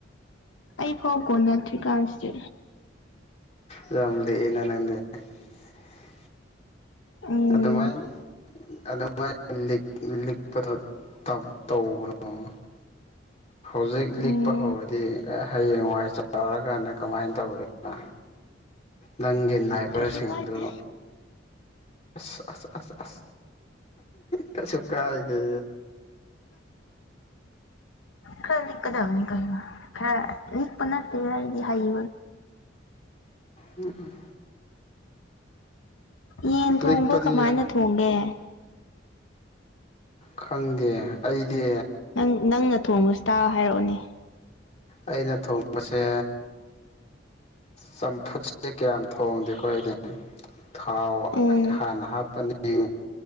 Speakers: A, on the left; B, on the left.
A: ꯑꯩ ꯐꯥꯎ ꯀꯣꯟꯅꯠꯇ꯭ꯔꯤ ꯀꯥꯟꯁꯤ
B: ꯌꯥꯝ ꯂꯤꯛꯏꯅ <unintelligible>
A: ꯎꯝ
B: ꯑꯗꯨꯃꯥꯏꯅ ꯑꯗꯨꯃꯥꯏꯅ ꯂꯤꯛꯄꯗꯣ ꯇꯧꯕꯅꯣ ꯑꯣ ꯍꯧꯖꯤꯛ
A: ꯎꯝ
B: ꯂꯤꯛꯄ ꯍꯧꯔꯗꯤ ꯍꯌꯦꯡ ꯋꯥꯏ ꯆꯥꯎꯔꯀꯥꯟꯗ ꯀꯃꯥꯏꯅ ꯇꯧꯗꯣꯏꯗꯅ ꯅꯪꯒꯤ ꯅꯥꯏꯕꯔꯁꯤꯡꯗꯨ
A: ꯀꯩꯁꯨ ꯀꯥꯏꯗꯦ
B: ꯑꯁ ꯑꯁ ꯑꯁ ꯑꯁ ꯀꯩꯁꯨ ꯀꯥꯗꯦ
A: ꯈꯅꯤ ꯀꯗꯥ ꯀ ꯍ ꯄꯅꯠꯇ ꯍꯥꯏ
B: ꯎꯝ ꯎꯝ
A: ꯌꯦꯟ ꯊꯣꯡꯕ
B: ꯂꯤꯛꯄꯗꯤ
A: ꯀꯃꯥꯏꯅ ꯊꯣꯡꯒꯦ
B: ꯈꯪꯗꯦ ꯑꯩꯗꯤ
A: ꯅꯪ ꯅꯪꯅ ꯊꯣꯡꯕꯕꯁꯤ ꯇꯥ ꯍꯥꯏꯔꯛꯑꯣꯅꯦ
B: ꯑꯩꯅ ꯊꯣꯡꯕꯁꯦ ꯆꯝꯐꯨꯠꯁꯦ ꯀꯌꯥꯝ ꯊꯣꯡꯗꯦꯀꯣ ꯑꯩꯗꯤ ꯊꯥꯎ
A: ꯎꯝ
B: ꯍꯥꯟꯅ ꯍꯥꯞꯄꯅꯤ